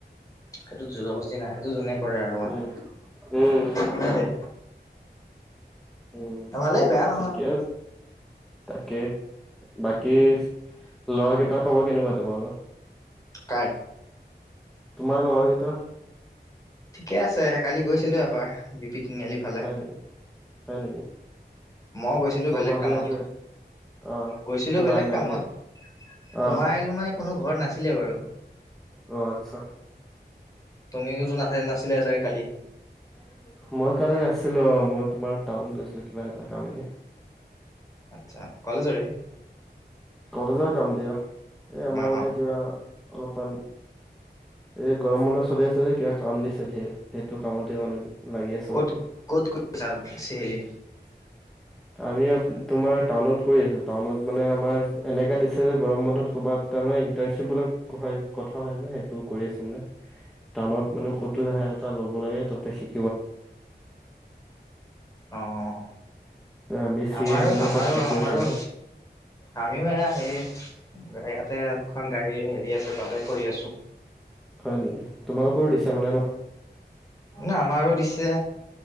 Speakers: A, on the left; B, in the centre.
A: সেইতো যুৰজো বস্তি নাই সেইটো যোনে কৰে আৰু মানে
B: উম, উম।
A: সেইটোৱে
B: উ',
A: ভালেই বেয়া নহয়
B: ঠিকে, তাকে। বাকী, ল'ৰা কেইটাৰ খবৰ কেনেকুৱা তোমালোকৰ?
A: কাই-
B: তোমাৰ লৰা কেইটা
A: ঠিকে আছে, কালি গৈছিলো এপাৰ দুপি তিনিআলি ফালে
B: হয় নেকি, হয় নেকি।
A: মই গৈছিলোঁ
B: চব
A: বেলেগ
B: ভালে
A: কামত।
B: আছে অ
A: গৈছিলো
B: সোমাই
A: বেলেগ
B: আহিলা
A: কামত
B: মানে
A: সোমাই
B: অ
A: আহিলো মানে কোনো ঘৰত নাছিলে বাৰু।
B: অ', আচ্ছা।
A: তুমিওটো নাথাকা, নাছিলা চাগে কালি?
B: <inaudible> মই কালি নাছিলো অ মই তোমাৰ টাউনত গৈছিলোঁ কিবা এটা কাম এনে
A: আচ্ছা কলেজৰে
B: কলেজৰ কাম দিয়া এই আমাৰ
A: অ
B: মানে
A: অ
B: কিবা অলপমান এই গৰম বন্ধ চলি আছে যে কিবা কাম দিছে ধেৰ সেইটো কামতে মানে লাগি আছো
A: ক'ত
B: অলপমান
A: ক'ত কৈছা ছে হেৰি
B: <unintelligible> আমি তোমাৰ টাউনত কৰি আছো টাউনত মানে আমাৰ এনেকে দিছে যে গৰম বন্ধত ক'বাত তাৰমানে ইণ্টাৰ্ণশ্বিপ বিলাক হয় কথা হয় যে সেইটো কৰি আছো মানে টানত মানে
A: অ
B: ক'তো দেখা এটা ল'ব লাগে তাতে শিক-
A: অ-অ-অ।
B: আমি চি
A: আমাৰো,
B: এ এজনো
A: আমাৰো
B: তাত শিকি
A: আমাৰো।
B: আছো আৰু
A: আমিও এয়া হেৰি, ইয়াতে এখন গাড়ী হেৰি আছে, তাতে কৰি আছোঁ।
B: হয় নেকি? তোমালোকৰো দিছে মানে ন?
A: না, আমাৰো দিছে।